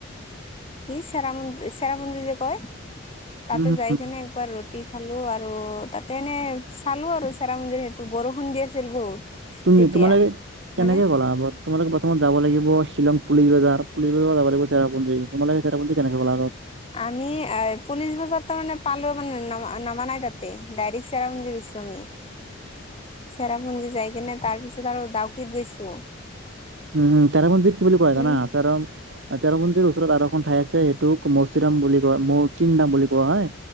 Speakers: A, on the left; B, on the right.
A: কি চেৰা পুন চেৰাপুঞ্জী যে কয় তাতে
B: উম
A: যায়কিনে কোৱা ৰুটি খালো আৰু তাতে এনে চালো আৰু চেৰাপুঞ্জীৰ সেইটো বৰষুণ দি আছিল বহুত।
B: তুমি
A: তেতিয়া
B: তোমালোকে কেনেকে
A: মানে
B: ক'লা আবত? তোমালোকে প্ৰথমত যাব লাগিব শ্বিলং পুলিচ বজাৰ, পুলিচ বজাৰৰ যাব লাগিব চেৰাপুঞ্জী, তোমালোকে চেৰাপুঞ্জী কেনেকা গলা আগত?
A: আমি আ পুলিচ বজাৰ ত মানে পালো মানে নমা নমা নাই তাতে ডাইৰেক্ট চেৰাপুঞ্জী গৈছোঁ আমি।
B: <inaudible>
A: চেৰাপুঞ্জী যায় কিনে তাৰ পিছত আৰু দাউকিত গৈছো।
B: উম চেৰাপুঞ্জীক কি বুলি কোৱা হয়
A: উম
B: জানা আচাৰম চেৰাপুঞ্জীৰ ওচৰত আৰু এখন ঠাই আছে সেইটোক মৌচিৰাম বুলি কোৱা মৌচিনৰাম বুলি কোৱা হয়।